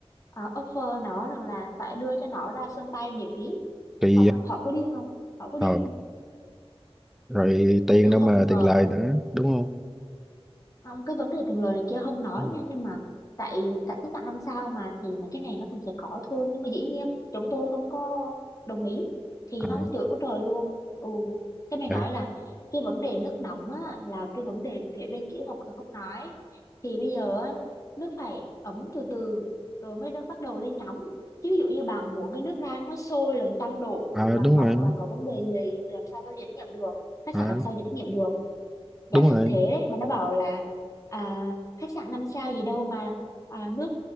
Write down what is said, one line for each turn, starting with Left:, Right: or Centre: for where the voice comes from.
Left: ờ, offer nó rằng là phải đưa cho nó ra sân bay miễn phí
Centre: kỳ
Left: họ có
Centre: á.
Left: họ có điên không họ có điên
Centre: ờ,
Left: không
Centre: rồi tiền
Left: tôi
Centre: đâu
Left: không
Centre: mà
Left: ngờ
Centre: tiền lời
Left: luôn
Centre: nữa, đúng không?
Left: Không, cái vấn đề tiền lời này kia không nói
Centre: Ừ.
Left: nha nhưng mà tại tại khách sạn năm sao mà thì mấy cái này nó cũng sẽ có thôi nhưng mà dĩ nhiên chúng tôi không có đồng ý thì
Centre: À,
Left: nó chửi quá trời luôn ừ cái mày
Centre: vậy.
Left: nói là cái vấn đề nước nóng á là cái vấn đề phía bên kỹ thuật không nói thì bây giờ á nước phải ấm từ từ rồi mới nó bắt đầu lên nóng chứ ví dụ như bạn muốn cái nước ra nó sôi làm trăm độ
Centre: à,
Left: rồi bạn
Centre: đúng
Left: bỏng
Centre: rồi.
Left: thì bạn có vấn đề gì thì làm sao tôi trách nhiệm được khách
Centre: À,
Left: sạn làm sao chịu trách nhiệm được dạ
Centre: đúng
Left: thất
Centre: rồi.
Left: thế đấy mà nó bảo là à, khách sạn năm sao gì đâu mà à, nước